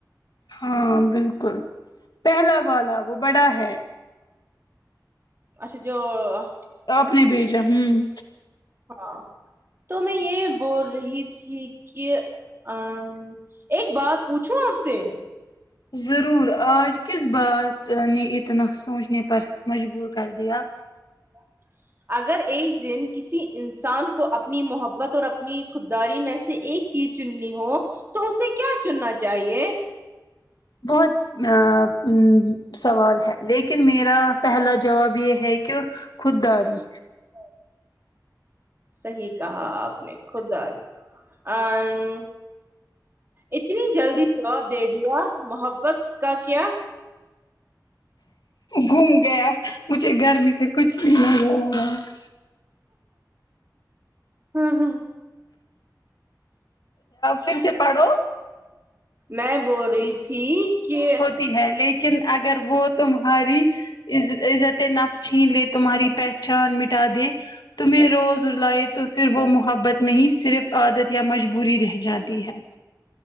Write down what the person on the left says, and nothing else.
ہاں بالکل پہلا والا وہ بڑا ہے
آپ نے بھیجا ہوں
ضرور آج کس بات نے اتنا سوچنے پر مجبور کر دیا
بہت نہ ام سوال ہے لیکن میرا پہلا جواب یہ ہے کہ خود داری
گھوم گیا مجھے گرمی سے کچھ نہیں <inaudible>
پھر سے پڑھو
تی ہے لیکن اگر وہ تمہاری عزت نفس چھین لے تمہاری پہچان مٹا دے تمہیں روز رلائے تو پھر وہ محبت نہیں صرف عادت یا مجبوری رہ جاتی ہے